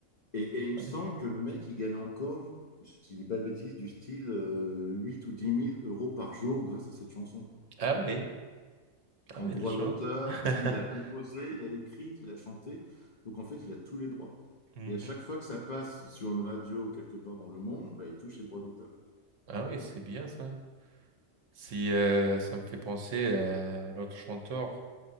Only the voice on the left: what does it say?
Et, et il me
semble que le mec, il gagne encore, si je dis pas de bêtises, du style euh, 8 ou dix mille euros par jour grâce à cette chanson.
en
droit
d'auteur,
parce qu'il a composé, il a écrit, il a chanté. Donc en fait, il a tous les droits.
Et à chaque fois que ça passe sur une radio ou quelque part dans le monde, bah, il touche les droits d'auteur.